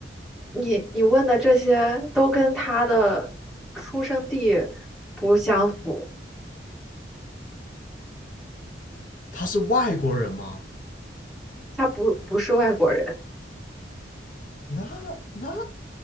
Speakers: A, in the centre; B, on the left.
A: 你你问的这些都跟他的出生地不相符，
B: 他是外国人吗？
A: 他不不是外国人。
B: 那那